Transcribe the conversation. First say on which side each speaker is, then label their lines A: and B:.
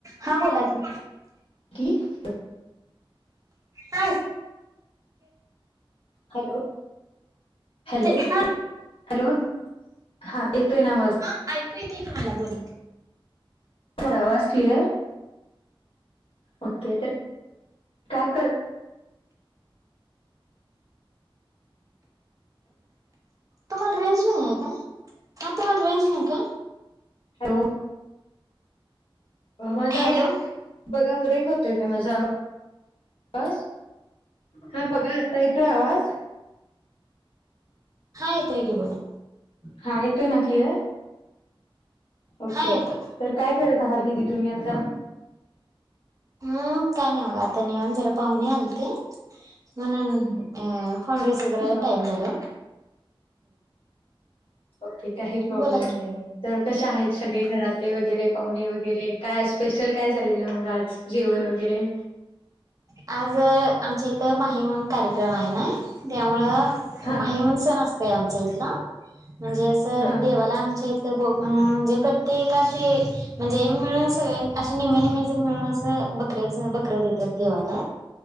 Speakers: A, on the right; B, on the left.
A: हा बोला की
B: क
A: हा येते
B: हॅलो हॅलो
A: हा
B: हॅलो हा येतोय ना माझ
A: हा ऐकू येत की मला बोल
B: आवाज क्लिअर ओके तर काय कर
A: तुम्हाला रेंज नाही आहे काय? हा तुम्हाला रेंज नाही का?
B: <unintelligible> माझा आवाज
A: हॅलो
B: बघा, ब्रेक होतोय का माझा आवाज? हा बघा आता येतोय आवाज?
A: हा येतंय कि बोला.
B: हा येतोय ना क्लिअर? ओके.
A: हा येतो
B: काय करत आहात दिदी तुम्ही आता?
A: हम काय नाही बघा आता निवांत जरा, पाहुणे आलते. म्हणुन फोन रिसीव करायला
B: हा
A: टाइम झालं.
B: ओके, काही प्रॉब्लेम
A: बोला
B: नाही. तर कशा आहेत
A: की
B: सगळे घरात? तले वगैरे, पाहुणे वगैरे. काय स्पेशल काय झालेलं मग आज जेवण वगैरे?
A: आज आमच्या इथं माहीमान कार्यक्रम आहे ना, त्यामुळं
B: हा
A: माहीमन सण असतंय आमच्या इथला. म्हणजे असं
B: हा
A: देवाला आमच्या इथ म्हणजे प्रत्येकाशी, म्हणजे मिळून सगळे अशे निम्मे निम्मे मिळून असं बघ बकऱ्याचं बकरं देतात देवाला,